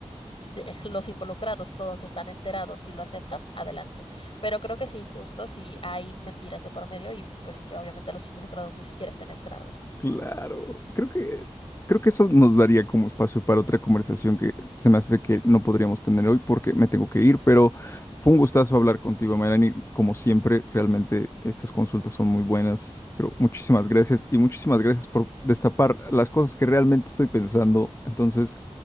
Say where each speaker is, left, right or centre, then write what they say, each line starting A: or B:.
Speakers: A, on the left (about 50°); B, on the left (about 25°).
A: de- los involucrados todos están enterados y lo aceptan, adelante. Pero creo que es injusto si hay mentiras de por medio y pues que obviamente los involucrados ni siquiera estén enterados.
B: claro, creo que, creo que eso nos daría como espacio para otra conversación que se me hace que no podríamos tener hoy porque me tengo que ir, pero fue un gustazo hablar contigo, Melanie, como siempre, realmente estas consultas son muy buenas. Pero muchísimas gracias y muchísimas gracias por destapar las cosas que realmente estoy pensando. Entonces,